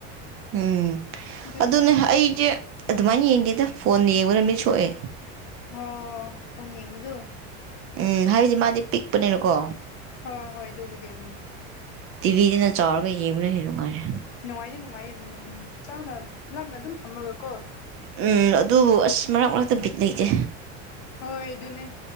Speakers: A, on the right; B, on the left.
A: ꯎꯝ
B: ꯑꯗꯨꯅ
A: ꯑꯗꯨꯅꯦ ꯑꯩꯁꯦ ꯑꯗꯨꯃꯥꯏꯅ ꯌꯦꯡꯗꯦꯗ ꯐꯣꯟꯅ ꯌꯦꯡꯕ ꯅꯨ ꯃꯤꯠ ꯁꯣꯛꯑꯦ
B: ꯍ ꯐꯣꯟ ꯌꯦꯡꯕꯗꯨ
A: ꯎꯝ ꯍꯥꯏꯁ ꯃꯥꯗꯤ ꯄꯤꯛꯄꯅꯤꯅꯀꯣ
B: ꯍꯣꯏ ꯍꯣꯏ ꯑꯗꯨꯕꯨꯗꯤ ꯎꯝ
A: ꯇꯤꯕꯤꯗꯤꯅ ꯆꯥꯎꯧꯔꯒ ꯌꯦꯃꯤꯅ ꯍꯅꯅꯨꯡꯉꯔꯦ
B: ꯅꯨꯡꯉꯥꯏꯗꯤ ꯅꯨꯡꯉꯥꯏꯌꯦ ꯎꯝ ꯎꯝ ꯆꯥꯎꯅ ꯂꯥꯞꯅ ꯑꯗꯨꯝ ꯐꯝꯃꯒꯀꯣ
A: ꯎꯝ ꯑꯗꯨꯕꯨ ꯑꯁ ꯃꯔꯛ ꯃꯔꯛꯇ ꯕꯤꯠ ꯂꯩꯇꯦ
B: ꯍꯣꯏ ꯑꯗꯨꯅꯦ